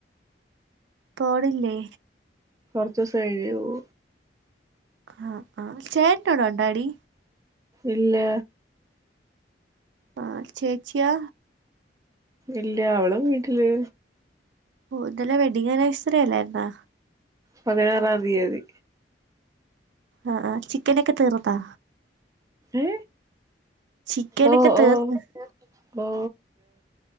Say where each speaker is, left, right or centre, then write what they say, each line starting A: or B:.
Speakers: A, on the right; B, on the right.
A: പോണില്ലേ
B: കൊർച്ചൂസം കഴിഞ്ഞേ പോവൂ
A: ആ ആ ചേട്ടനുണ്ടാടി
B: ഇല്ലാ
A: ആ ചേച്ചിയൊ
B: ഇല്ല അവളും വീട്ടില്
A: ഓ ഇന്നലെ വെഡിങ്ങ് അനിവേഴ്സറി അല്ലായിര്ന്നോ
B: പതിനാറാം തിയതി
A: അ ആ ചിക്കനൊക്കെ തീർത്താ
B: ഏ
A: ചിക്കനൊക്കെ
B: ഓ
A: തീർന്ന്
B: ഓ ഓ